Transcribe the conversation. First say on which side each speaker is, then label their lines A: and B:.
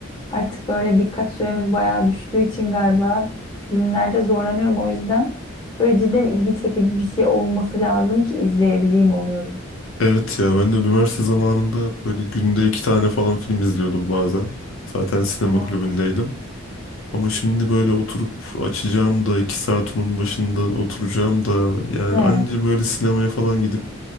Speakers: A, on the left; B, on the left.
A: artık böyle dikkat süremiz bayağı düştüğü için galiba filmlerde zorlanıyorum. O yüzden böyle cidden ilgi çekici bir şey olması lazım ki izleyebileyim oluyorum.
B: Evet ya ben de üniversite zamanında böyle günde iki tane falan film izliyordum bazen. Zaten sinema
A: Evet,
B: kulübündeydim. Ama şimdi böyle oturup açacağım da iki saat onun başında oturacağım da yani
A: değil
B: anca
A: mi?
B: böyle sinemaya falan gidip